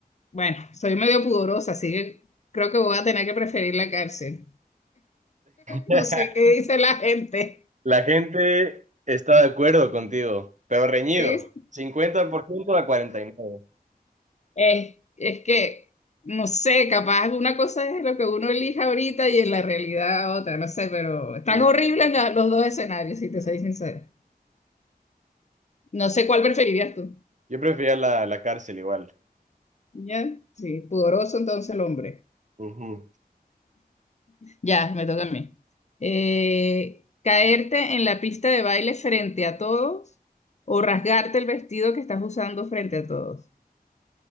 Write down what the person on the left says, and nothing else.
Bueno, soy medio pudorosa, así que creo que voy a tener que preferir la cárcel.
No sé qué dice la gente.
¿Sí?
Es, es que, no sé, capaz una cosa es lo que uno elija ahorita y en la realidad otra, no sé, pero están
horribles la- los dos escenarios, si te soy sincera. No sé cuál preferirías tú.
¿Ya? Sí, pudoroso entonces el hombre.
Ya, me toca a mí. Eh, ¿caerte en la pista de baile frente a todos o rasgarte el vestido que estás usando frente a todos?